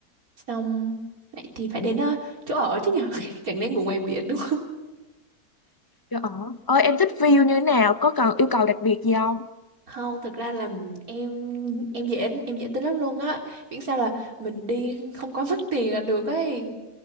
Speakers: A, on the right; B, on the left.
A: Xong vậy thì phải đến ờ, chỗ ở chứ nhở <laughs> Chẳng lẽ ngủ ngoài biển đúng không?
B: Dạ. ở, Ơi em thích view như thế nào? Có cần yêu cầu đặc biệt gì không?
A: Không, thực ra là em em dễ em dễ tính lắm luôn á. Miễn sao là mình đi không có mất tiền là được ấy.